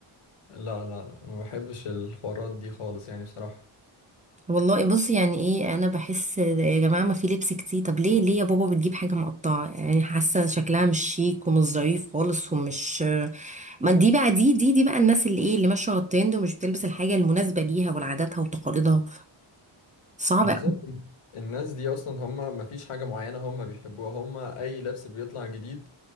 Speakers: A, on the left; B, on the right.
A: لا لا لا انا ما بحبش الحوارات دي خالص يعني بصراحة
B: والله بص يعني ايه انا بحس يا جماعه ما في لبس كتير طب ليه ليه يا بابا بتجيب حاجه مقطعه يعني حاسه شكلها مش شيك ومش ظريف خالص ومش ما دي بقى دي دي دي بقى الناس اللي ايه اللي ماشيه على الترند ومش بتلبس الحاجه المناسبه ليها ولعاداتها وتقاليدها صعب
A: بالظبط
B: قوي
A: الناس دي اصلا هم ما فيش حاجة معينة هم بيحبوها هم اي لبس بيطلع جديد